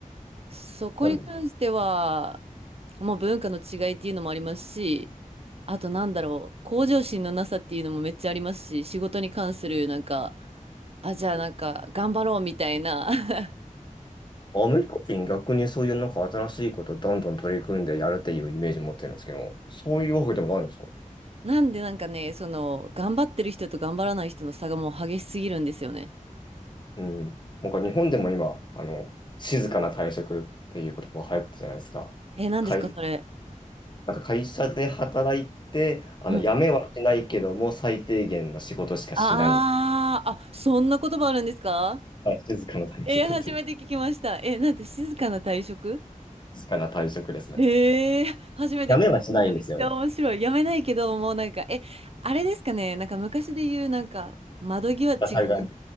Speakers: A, on the right; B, on the left.
A: そこに関しては、
B: まあ
A: もう文化の違いっていうのもありますし、あとなんだろう、向上心のなさっていうのもめっちゃありますし、仕事に関するなんか、あ、じゃあなんか頑張ろうみたいな。<laughs>
B: アメリカ人逆にそういうなんか新しいことをどんどん取り組んでやるっていうイメージ持ってるんですけど、そういうわけでもあるんですか
A: なんでなんかね、その、頑張ってる人と頑張らない人の差がもう激しすぎるんですよね。
B: うん。なんか日本でも今、あの、静かな退職っていう言葉流行ってるじゃないですか。
A: え、何ですか、
B: 会社、
A: それ。
B: なんか会社で働いて、あの、
A: うん。
B: 辞めはしないけども、最低限の仕事しかしないみたい
A: ああ、あ、そんな言葉あるんですか
B: な。はい静かな退職っていう、
A: えー初めて聞きました。え、なんて静かな退職
B: 静かな退職ですね。
A: へえ、初めて聞きました。
B: 辞めはしないんですよね。
A: めっちゃ面白い。やめないけど、もうなんか、え、あれですかね、なんか昔で言う、なんか、窓際違う、
B: ぶら下がり、
A: なん